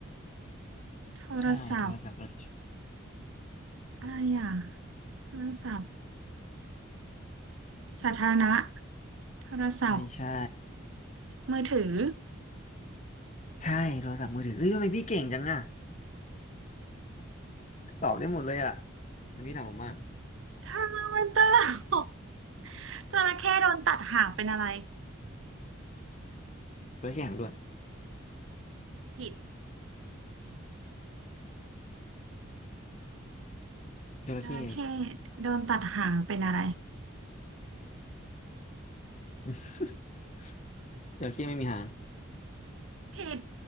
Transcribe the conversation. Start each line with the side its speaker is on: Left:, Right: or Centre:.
Right: โทรศัพท์
Left: ใช่โทรศัพท์อะไร
Right: อะไรอ่ะโทรศัพท์สาธารณะโทรศัพท์
Left: ไม่ใช่
Right: มือถือ
Left: ใช่โทรศัพท์มือถือเฮ้ยทำไมพี่เก่งจังอ่ะตอบได้หมดเลยอ่ะอันนี้ถามผมมั่ง
Right: ถ้ามันตลกจระเข้โดนตัดหางเป็นอะไร
Left: จระเข้หางด้วน
Right: ผิด
Left: จระเข้
Right: จระเข้โดนตัดหางเป็นอะไร
Left: <laughs> จระเข้ไม่มีหาง
Right: ผิด